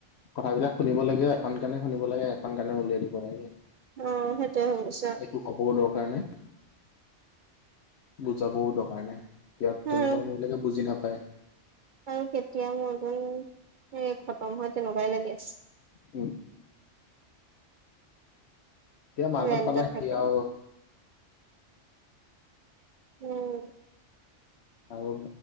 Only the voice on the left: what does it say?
কথাবিলাক শুনিব লাগে এখন কানে শুনিব লাগে এখন কানে উলিয়াই দিব লাগে।
একো কবও দৰকাৰ নাই। বুজাবও দৰকাৰ নাই, ইয়াত তেনেকুৱা
মানুহ বিলাকে বুজি নাপায়।
উম। এতিয়া মাজত
পালাহি
আউ
আৰু